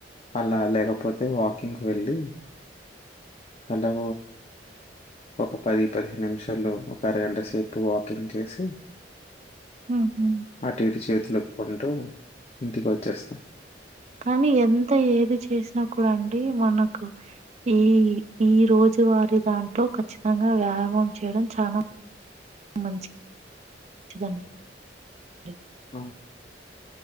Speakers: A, on the left; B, on the right.
A: అలా లేకపోతే వాకింగ్ వెళ్ళి హలో ఒక పది పదిహను నిమిషాలలో ఒక అరగంట సేపు వాకింగ్ చేసి
B: ఉహు
A: అటు ఇటు చేతులు ఊపుకుంటూ ఇంటికి వచ్చేస్తాం
B: కానీ ఎంత ఏది చేసినా కూడా అండి మనకు ఈ ఈ రోజు వారి దాంట్లో ఖచ్చితంగా వ్యా యమం చేయడం చాలా మంచి మంచిదండి
A: అ